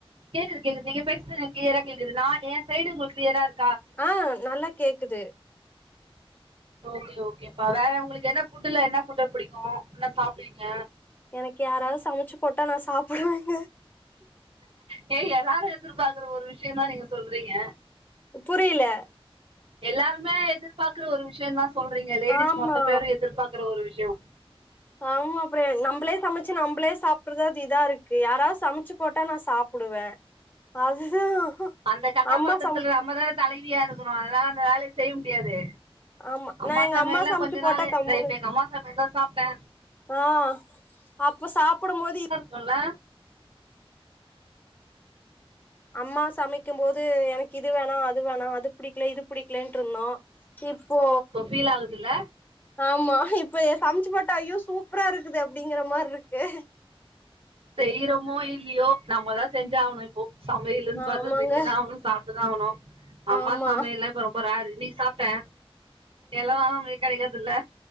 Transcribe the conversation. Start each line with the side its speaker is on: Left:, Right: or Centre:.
Right: கேக்குது கேக்குது நீங்க பேச்றது எனக் கிளியரா கேக்குது நா எ சைடு உங்ளுக் கிளியரார்க்
Left: ஆ நல்லா கேக்குது
Right: ஓகே ஓகேப்பா வேற உங்ளுக்கு என்ன ஃபுட்ல என்ன ஃபுட் புடிக்கு என்ன சாப்பிடுவீங்க
Left: எனக்கு யாராவது சமைச்சு போட்டா நா சாப்பிடுவேங்க
Right: டெய்லி எல்லாரு எதிர்பாக்ற ஒரு விஷ்யோ தா நீங்க சொல்றீங்க
Left: புரியில
Right: எல்லாருமே எதிர்பாக்கிற ஒரு விஷயந்தா சொல்றீங்க லேடிஸ்
Left: ஆமா
Right: மொத்த பேரு எதிர்பாக்கிற ஒரு விஷ்யோ
Left: ஆமா ஃபிரண் நம்புளே சமைச்சு நம்ளே சாப்பிடறது இதா இருக்கு யாராவது சமைச்சு போட்டா நா சாப்புடுவே அதுதா
Right: அந்த கதாபாத்திரத்துல
Left: அம்மா சமைச்சு
Right: நம்மதான தலைவியா இருக்குறோ அதனால அந்த வேலைய செய்ய முடியாது
Left: ஆமா
Right: அம்மா
Left: நா எங்க
Right: சமையல்லா
Left: சமைச்சு
Right: கொஞ்ச
Left: போட்டா
Right: நாளு
Left: கம்முனு
Right: ரைட்டு எங்க அம்மா சமையல் தா சாப்டே
Left: ஆ அப்ப சாப்பிடும் போது இப்
Right: சொல்லே
Left: அம்மா சமைக்கும் போது எனக்கிது வேணா அது வேணா அது புடிக்ல இது புடிக்லேன்டுருந்தோ சீ போ
Right: இப்போ ஃபீல் ஆகுதுல்ல
Left: ஆமா இப்ப சம்ச்சு போட்டா ஐயோ சூப்புரா இருக்குது அப்டிங்கற மாரிருக்கு
Right: செய்றமோ இல்லியோ நம்மதா செஞ்சாவ்ணு இப் போ சமயலுன்
Left: ஆமாங்க
Right: பாத்தா செஞ்சுதாவ்ணு சாப்ட்டுதா ஆவுணு அம்மா
Left: ஆமா
Right: சமைலு இப்ப ரொம் போராறு நீ சாப்ட எல்லா நாளு லீவ் கெடைக்கற்தில்ல